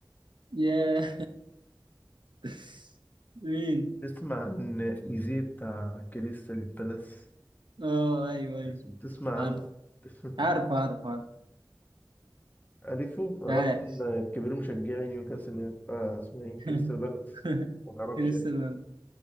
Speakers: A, on the right; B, on the left.
A: ياه <laughs> مين
B: تسمع عن ايزي بتاع كريستال بالاس
A: اه ايوه ايوه
B: تس- تسمع
A: عارف
B: عنه <laughs>
A: عارف عارف عارف
B: عارفه انا
A: عاش
B: اصلا كبير مشجعي نيوكاسل يعني آه اسمه ايه
A: <laughs>
B: كريستال بالاس ما تعرفش
A: كريستيانو
B: يعني